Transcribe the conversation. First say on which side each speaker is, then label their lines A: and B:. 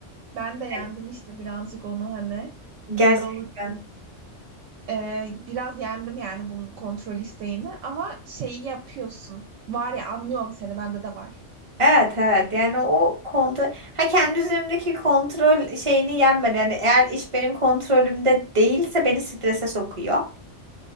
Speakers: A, on the right; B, on the right.
A: Ben de yendim
B: Yani
A: işte birazcık onu hani
B: gerçekten.
A: öyle olur. Ee, biraz yendim yani bunun kontrol isteğini ama şeyi yapıyorsun. Var ya anlıyorum seni bende de var.
B: Evet evet yani o kontrol ha kendi üzerimdeki kontrol şeyini yenmedi. Yani eğer iş benim kontrolümde değilse beni strese sokuyor.